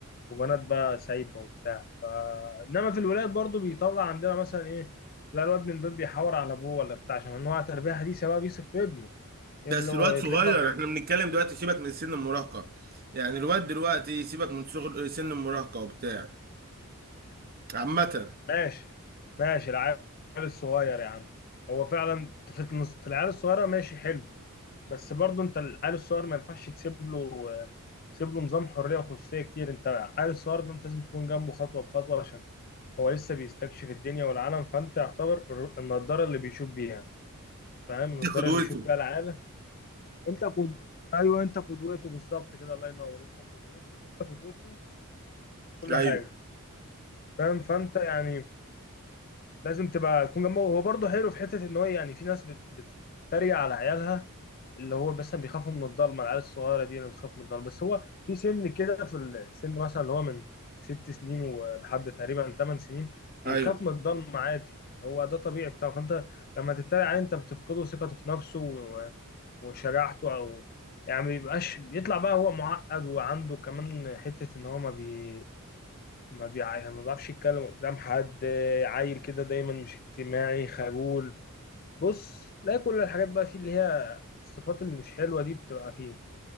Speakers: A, on the left; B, on the right.
A: وبنات بقى سايبه وبتاع ف... انما في الولاد برضو بيطلع عندنا مثلا ايه لا الواد من دول بيحور على ابوه ولا بتاع عشان انواع تربيه حديثه بقى بيثق في ابنه إيه
B: بس
A: اللي هو
B: الواد
A: يتلاقي
B: صغير
A: بقى بيح...
B: احنا بنتكلم دلوقتي سيبك من سن المراهقة يعني الواد دلوقتي سيبك من صغر سن المراهقة وبتاع عامة
A: ماشي ماشي العيال الصغير يا عم هو فعلا في في العيال الصغيره ماشي حلو بس برضو انت العيال الصغير ما ينفعش تسيب له تسيب له نظام حريه وخصوصيه كتير انت العيال الصغير ده انت لازم تكون جنبه خطوه بخطوه عشان هو لسه بيستكشف الدنيا والعالم فانت يعتبر النضاره اللي بيشوف بيها فاهم النضاره
B: دي قدوته
A: اللي بيشوف بيها العالم انت قد ايوه انت قدوته بالظبط كده الله ينور انت قدوته انت قدوته في كل
B: ايوه
A: حاجه فاهم فانت يعني لازم تبقى تكون جنبه هو برضه حلو في حته ان هو يعني في ناس بت- بتتريق على عيالها اللي هو مثلا بيخافوا من الضلمه العيال الصغيره دي اللي بتخاف من الضلمه بس هو في سن كده في السن مثلا اللي هو من ست سنين ولحد تقريبا ثمان سنين بيخاف
B: ايوه
A: من الضلمه عادي هو ده طبيعي بتاعه فانت لما تتريق عليه انت بتفقده ثقته في نفسه و- وشجاعته او يعني ما بيبقاش بيطلع بقى هو معقد وعنده كمان حته ان هو ما بي ما بيع... يعني ما بيعرفش يتكلم قدام حد عيل كده دايما مش اجتماعي خجول بص تلاقي كل الحاجات بقى فيه اللي هي الصفات اللي مش حلوة دي بتبقى فيه